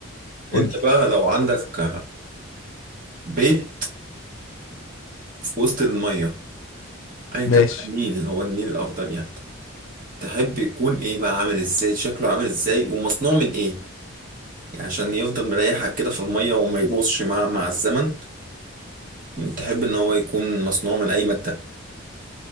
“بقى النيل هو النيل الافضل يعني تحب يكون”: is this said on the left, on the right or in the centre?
Right